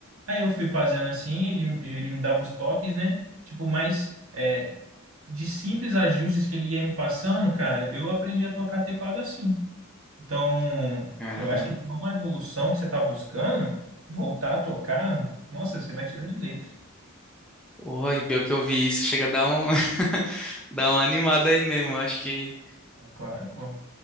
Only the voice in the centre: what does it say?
Caramba.
Porra, e pior que eu vi isso, chega a dar um, <laughs> dar uma animada aí mesmo. eu Acho que